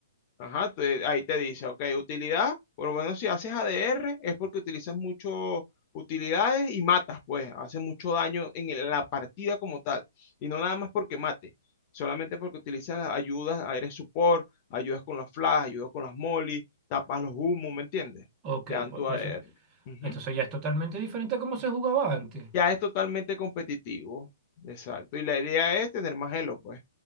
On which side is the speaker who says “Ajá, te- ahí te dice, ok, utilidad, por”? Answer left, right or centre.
Left